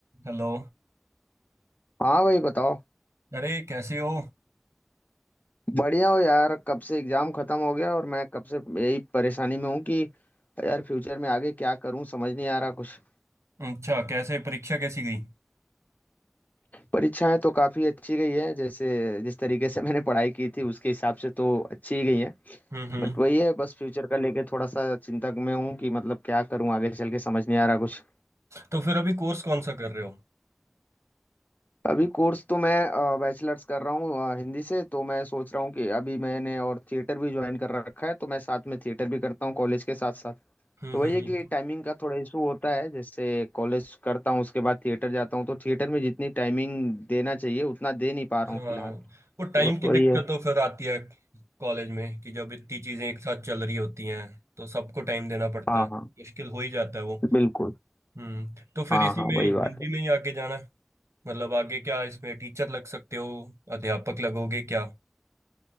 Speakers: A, on the right; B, on the left.
A: Hello
B: हाँ भाई बताओ
A: अरे कैसे हो
B: बढ़िया हो यार कब से एग्जाम खत्म हो गया और मैं कब से यही परेशानी में हूँ कि यार फ्यूचर में आगे क्या करूँ समझ नहीं आ रहा कुछ
A: अच्छा कैसे परीक्षा कैसी गई
B: परीक्षाएं तो काफी अच्छी गई है जैसे जिस तरीके से <laughs> मैंने पढ़ाई की थी उसके हिसाब से तो अच्छी ही गई है
A: हम्म हम्म
B: बट वही है बस फ्यूचर का लेके थोड़ा सा चिंतक में हूँ कि मतलब क्या करूँ आगे चल के समझ नहीं आ रहा कुछ
A: तो फिर अभी कोर्स कौन सा कर रहे हो
B: अभी कोर्स तो मैं बैचलर्स कर रहा हूँ अ, हिंदी से तो मैं सोच रहा हूँ कि अभी मैंने और थिएटर भी ज्वाइन कर रखा है तो मैं साथ में थिएटर भी करता हूँ कॉलेज के साथ साथ
A: हम्म
B: तो
A: हम्म
B: वही
A: हम्म
B: है कि टाइमिंग का थोड़ा इशू होता है जैसे कॉलेज करता हूँ उसके बाद थिएटर जाता हूँ तो थिएटर में जितनी टाइमिंग देना चाहिए उतना दे नहीं पा रहा
A: हाँ
B: हूँ फिलहाल
A: वो टाइम
B: तो बस
A: की
B: वही
A: दिक्कत
B: है
A: तो फिर आती है कॉलेज में कि जब इतनी चीजें एक साथ चल रही होती हैं तो सबको टाइम देना पड़ता
B: हाँ
A: है
B: हाँ
A: मुश्किल हो ही जाता है वो
B: बिल्कुल
A: हम्म तो फिर
B: हाँ
A: इसी
B: हाँ
A: में
B: वही बात
A: हिंदी
B: है
A: में ही आगे जाना है? मतलब आगे क्या इसमें टीचर लग सकते हो अध्यापक लगोगे क्या